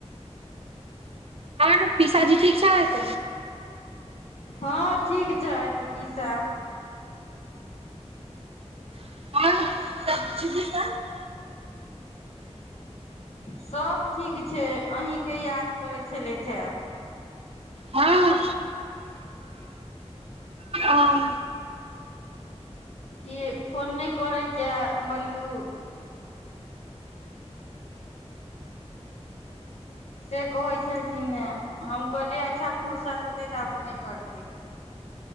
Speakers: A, on the right; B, on the left.
A: आओर पिशाजी ठीक छैथ
B: हँ ठीक छैथ पीसा
A: हँ <unintelligible>
B: सभ ठीक छै अहीँ के याद करैत छलेथ ये
A: हँ ओ
B: की फोन नहि करै छै मल्लू से कहैत छलकिन ये हम कहलियै अच्छा फुुरसत हेतै त अपने करतै